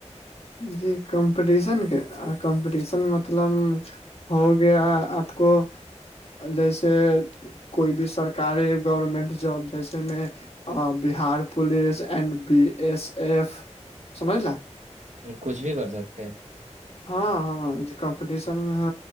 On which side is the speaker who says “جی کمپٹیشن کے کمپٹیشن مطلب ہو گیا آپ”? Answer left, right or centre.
Left